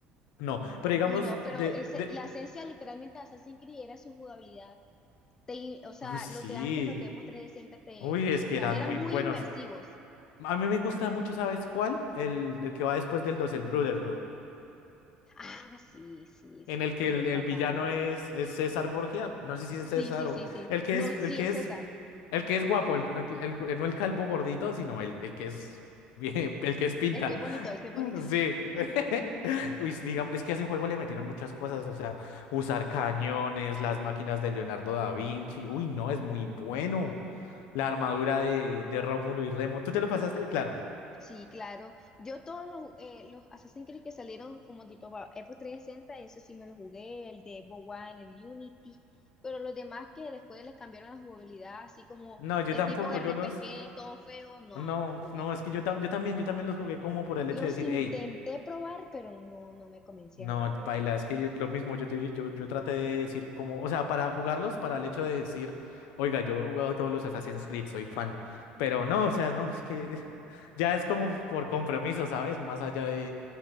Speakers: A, on the left; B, on the left.
A: no. Pero digamos,
B: Uy, no, pero
A: de,
B: ese,
A: de.
B: la esencia literalmente de Assassin's Creed era su jugabilidad te- in- o sea,
A: Uy, sí.
B: los de antes, los de Xbox 360, te,
A: Uy, es
B: o
A: que
B: sea,
A: eran
B: eran
A: muy
B: muy
A: buenos.
B: inmersivos.
A: A mí me gusta mucho, ¿sabes cuál? El, el que va después del 2, el Brotherhood.
B: Ah, sí, sí, sí,
A: En el que
B: ese
A: el,
B: es
A: el
B: bacano.
A: villano es, es César Borgia. No sé si es
B: Sí,
A: César
B: sí,
A: o.
B: sí, sí.
A: El que
B: No,
A: es,
B: sí,
A: el que
B: es
A: es
B: César.
A: El que es guapo, el, no el- el- eh, no el calvo gordito, sino el, el que es bien, <laughs> el que es pinta.
B: El que es bonito,
A: <laughs>
B: el que es bonito.
A: Sí. <laughs> Uy, sí, digamos, es que a ese juego le metieron muchas cosas, o sea, usar cañones, las máquinas de Leonardo da Vinci. Uy, no, es muy bueno. La armadura de, de Rómulo y Remo. ¿Tú te lo pasaste? Claro.
B: Sí, claro. Yo todos los, eh, los Assassin's Creed que salieron como tipo para Xbox 360, eso sí me lo jugué, el de Xbox One, el Unity, pero los demás que después les cambiaron la jugabilidad, así como
A: No, yo
B: el
A: tampoco,
B: tipo de RPG,
A: yo los...
B: todo feo, no,
A: No,
B: no lo jugué.
A: no, es que yo, tam- yo también, yo también los jugué como por el
B: Los
A: hecho de decir,
B: intenté
A: hey,
B: probar, pero no, no me convencieron,
A: No,
B: la verdad.
A: paila, es que yo- lo mismo, yo, te- yo, yo traté de decir como, o sea, para jugarlos, para el hecho de decir, oiga, yo he jugado todos los Assassin's Creed, soy fan, pero no, o sea, no, es que <laughs> ya es como por compromiso, ¿sabes? Más allá de,